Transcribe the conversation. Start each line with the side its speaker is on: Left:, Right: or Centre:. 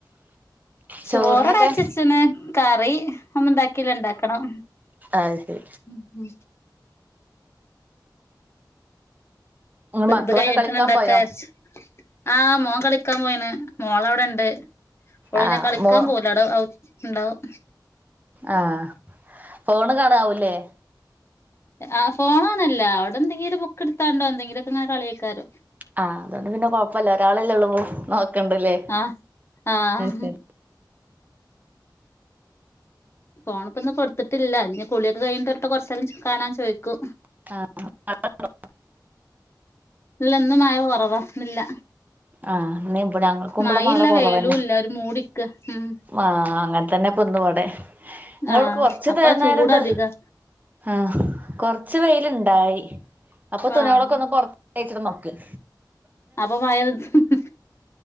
Left: ചോറ്
Right: ചോറിനൊക്കെ
Left: ഇവിടെ വച്ചു വച്ചേക്കനേ കറി ഒന്ന ഉണ്ടാക്കില്ല ഇണ്ടാക്കണം
Right: അത് ശരി
Left: ഉം ഉം
Right: മക്കളൊക്കെ
Left: ഇത് കഴിഞ്ഞിട്ട
Right: കളിക്കാൻ
Left: ഇണ്ടാക്കാ
Right: പോയോ
Left: വിചാരിച്ചു ആഹ് മോൻ കളിക്കാൻ പോയിന മോള് അവിടെ ഉണ്ട് മോള്
Right: ആഹ്
Left: പിന്നെ കളിക്കാൻ
Right: മോ
Left: പോവില്ല അവിടെ ഉണ്ടാവും
Right: ആ ഫോണ് കാണാവൂല്ലേ
Left: ആ ഫോണാണല്ലോ അവിടെ എന്തെങ്കിലും ബുക്ക് എടുത്താണ്ടോ എന്തെങ്കിലുമൊക്കെ ഇങ്ങനെ കളിയെക്കാരോ
Right: ആഹ് അതൊണ്ട് പിന്നെ കൊഴപ്പല്ല ഒരാളല്ലേ ഉള്ളൂ പോ നോക്കണ്ടല്ലേ
Left: ആഹ് ആഹ്
Right: ശരി
Left: ഫോണൊക്കെ ഒന്നും കൊടുത്തിട്ടില്ല ഇ കുളിയൊക്കെ കഴിഞ്ഞിട്ട് കുറച്ച്നേരം കാണാൻ ചോദിക്കു
Right: <unintelligible>
Left: ഇല്ല ഇന്ന് മഴ കുറവാ ഇന്നില്ല
Right: ആഹ് ഇന്ന് ഇവിടെ ഞങ്ങൾക്കും ഇവിടെ
Left: മഴഇല്ല
Right: മഴ കുറവന്നെ
Left: വെയിലും ഇല്ല ഒരു മൂടിക്ക് ഉം
Right: ആഹ് അങ്ങനെ തന്നെ പ്പന്ന് വടെ ഇങ്ങളോടെക്ക്
Left: ആഹ്
Right: കൊറച്ച്
Left: അപ്പൊ
Right: തേ
Left: ചൂട്
Right: നേരം ത്
Left: അധികാ
Right: ആഹ് കൊറച്ച് വെയിൽ ഇണ്ടായി അപ്പൊ തുണിളൊക്കെ
Left: ആഹ്
Right: ഒന്ന് പൊറ എയ്ച്ചിടുന്നൊക്കിം
Left: അപ്പൊ മഴ പെയ്തു